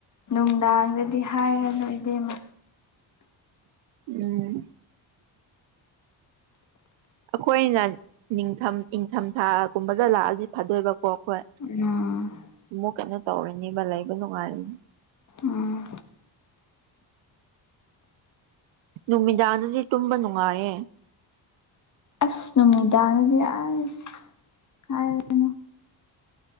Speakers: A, on the left (about 40°); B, on the right (about 85°).
A: ꯅꯨꯡꯗꯥꯡꯗꯗꯤ ꯍꯥꯏꯔꯅꯨ ꯏꯕꯦꯝꯃ
B: ꯎꯝ ꯑꯩꯈꯣꯏꯅ ꯅꯤꯡꯊꯝ ꯏꯪꯊꯝꯊꯥꯒꯨꯝꯕꯗ ꯂꯥꯛꯑꯗꯤ ꯐꯗꯣꯏꯕꯀꯣ ꯑꯩꯈꯣꯏ
A: <unintelligible>
B: ꯑꯃꯨꯨꯛ ꯀꯩꯅꯣ ꯇꯧꯔꯤꯅꯦꯕ ꯂꯩꯕ ꯅꯨꯡꯉꯥꯏꯔꯅꯤ
A: ꯑꯥ
B: ꯅꯨꯃꯤꯗꯥꯡꯗꯗꯤ ꯇꯨꯝꯕ ꯅꯨꯡꯉꯥꯏꯌꯦ
A: ꯑꯁ ꯅꯨꯃꯤꯗꯥꯡꯗꯗꯤ ꯑꯁ
B: <inaudible>
A: ꯍꯥꯏꯔꯅꯨ